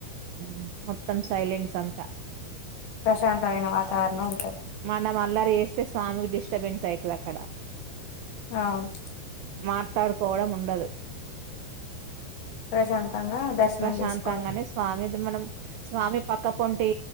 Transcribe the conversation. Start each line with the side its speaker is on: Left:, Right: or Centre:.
Right: మ్ మొత్తం సైలెన్స్ అంతా
Left: ప్రశాంతమైన వాతావరణం ఉంటది
Right: నం అల్లరి చేస్తే స్వామికి డిస్టర్బెన్స్ అయితది అక్కడ
Left: అవును
Right: మాట్లాడుకోవడం ఉండదు
Left: ప్రశాంతంగా దర్శనం
Right: ప్రశాంతంగానే
Left: చేసుకోవాలి
Right: స్వామి మనం స్వామి పక్క పొంటి